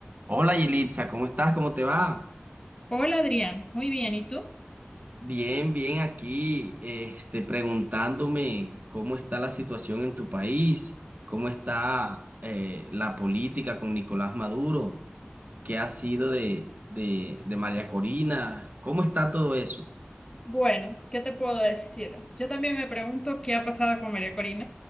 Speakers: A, on the right (about 40°); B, on the left (about 20°).
A: Hola Yelitza, ¿cómo estás? ¿Cómo te va?
B: Hola Adrián, muy bien, ¿y tú?
A: Bien, bien aquí, este, preguntándome cómo está la situación en tu país, cómo está eh, la política con Nicolás Maduro, qué ha sido de, de, de María Corina, cómo está todo eso.
B: Bueno, ¿qué te puedo decir? Yo también me pregunto qué ha pasado con María Corina.